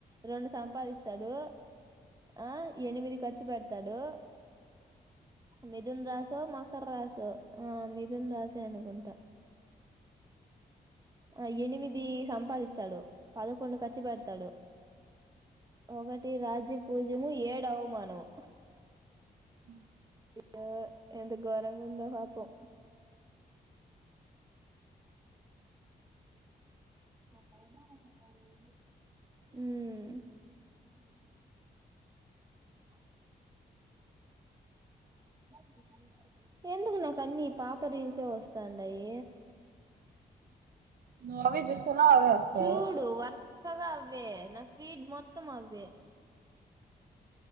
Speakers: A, on the right; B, on the right.
A: రెండు సంపాదిస్తాడు ఆ ఎనిమిది ఖర్చు పెడతాడు మిథున రాశో మకర రాశో ఆ మిథున రాశి. అంతే అనుకుంటా. ఆ ఎనిమిది. సంపాదిస్తాడు పదకొండు ఖర్చు పెడతాడు ఒకటి రాజ్య పూజ్యము ఏడు అవమానము.
B: అ.
A: అయ్యో ఎంత గోరంగా ఉందో పాపం. హ్మ్ హు. హా ను. ఎందుకు నాకు అన్నీ ఈ పా మొత్తం రీల్సే వస్తాండాయి.
B: నువ్వు అవే చూస్తున్నావ్ అవే వస్తాయి
A: చూడు వరుసగా అవ్వే నా ఫీడ్ మొత్తం అవ్వే.